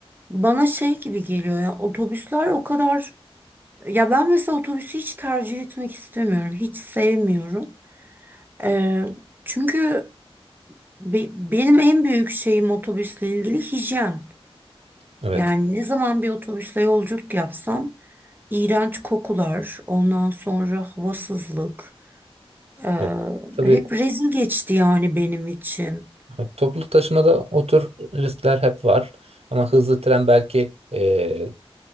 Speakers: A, on the right; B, on the right.
A: bana şey gibi geliyor ya otobüsler o kadar Ya ben mesela otobüsü hiç tercih etmek istemiyorum. Hiç sevmiyorum. Ee, çünkü be- benim en büyük şeyim otobüsle ilgili hijyen.
B: Evet.
A: Yani ne zaman bir otobüsle yolculuk yapsam iğrenç kokular, ondan sonra havasızlık. ee,
B: Evet. Tabii
A: hep rezil geçti yani benim için.
B: evet, toplu taşımada o tür riskler hep var. Ama hızlı tren belki e,